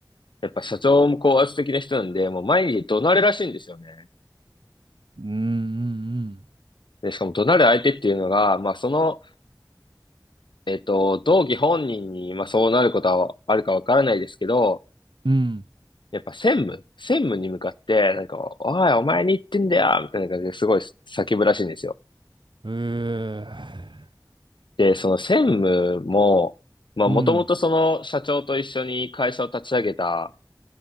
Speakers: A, on the left; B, on the right.
A: やっぱ社長も高圧的な人なんで、もう毎日怒鳴るらしいんですよね。
B: うん
A: で、しかも怒鳴る相手っていうのが、まあその、えっと、同期本人に、まあそうなることはあるかわからないですけど、
B: うん。
A: やっぱ専務、専務に向かって、なんか、おい、お前に言ってんだよみたいな感じですごい叫ぶらしいんですよ。
B: うん。うーん
A: で、その専務も、まあもともとその社長と一緒に会社を立ち上げた
B: うん